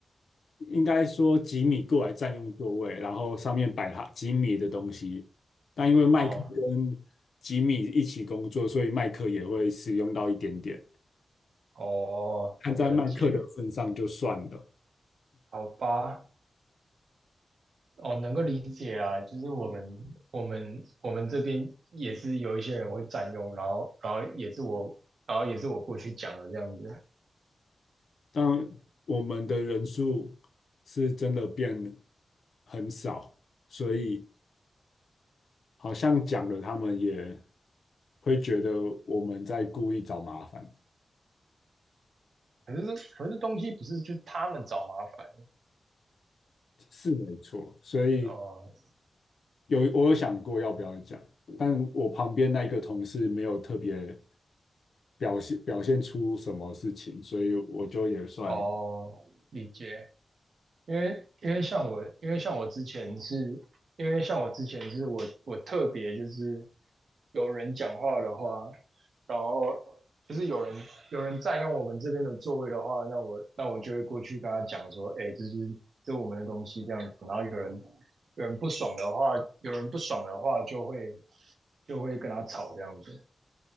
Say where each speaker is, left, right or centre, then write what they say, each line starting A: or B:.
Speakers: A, on the left; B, on the right.
A: 应该说吉米过来占用座位，然后上面摆他吉米的东西。但因为麦克跟吉米一起工作，
B: 哦
A: 所以麦克也会使用到一点点。
B: 哦，
A: 看在麦克的份上就算了。
B: 了解，好吧，哦，能够理解啊，就是我们我们我们这边也是有一些人会占用，然后然后也是我然后也是我过去讲的这样子。
A: 但我们的人数是真的变很少，所以好像讲了，他们也会觉得我们在故意找麻烦，
B: 可是这可是东西不是就他们找麻烦
A: 是没错。所以
B: 哦
A: 有我有想过要不要讲，但我旁边那一个同事没有特别表现表现出什么事情，所以我就也算
B: 哦，理解。因为因为像我，因为像我之前是，因为像我之前是我我特别就是有人讲话的话，然后就是有人有人占用我们这边的座位的话，那我那我就会过去跟他讲说，哎，这是这是我们的东西这样子。然后有人有人不爽的话，有人不爽的话就会就会跟他吵这样子。